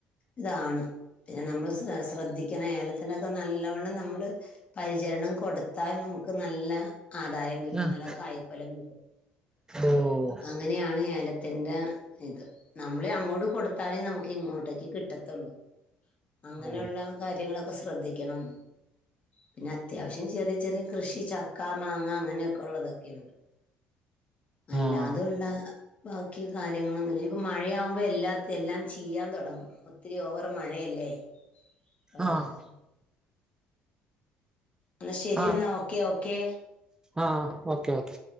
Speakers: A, on the left (about 35°); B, on the right (about 20°).
A: ഇതാണ്. പിന്നെ നമ്മള് ശ്ര ശ്രദ്ധിക്കണ ഏലത്തിന്റെക്കെ നല്ലവണ്ണം നമ്മള്. പരിചരണം കൊടുത്താൽ നമുക്ക് നല്ല ആദായം കിട്ടും
B: ആഹ്
A: നല്ല കായ് ഫലം കിട്ടും.
B: ഓ
A: അങ്ങനെയാണ് ഏലം. തിന്റെ ഇത് നമ്മളി അങ്ങോട്ട് കൊടുത്താലേ നമുക്ക് ഇങ്ങോട്ടേക്ക് കിട്ടത്തുള്ളൂ. അങ്ങനെയുള്ള
B: ഓ
A: കാര്യങ്ങളൊക്കെ ശ്രദ്ധിക്കണം. പിന്നത്യാവശ്യം ചെറിയ ചെറിയ കൃഷി ചക്ക മാങ്ങ അങ്ങനെയൊക്കെ ഉള്ളതൊക്കെയുണ്ട്. അല്ലാതുള്ള.
B: ആഹ്
A: ബാക്കി കാര്യങ്ങളൊന്നുല്ല ഇഞ്ഞ്പ്പ മഴയാവുമ്പൊ എല്ലാ എല്ലാം ചിയ്യാൻ തുടങ്ങും ഒത്തിരി ഓവർ. മഴയല്ലേ അതുകൊണ്ട്.
B: ആഹ്
A: എന്ന ശരിയന്നാ
B: ആഹ്
A: ഓക്കേ ഓക്കെ.
B: ആഹ് ഓക്കെ ഓക്കേ.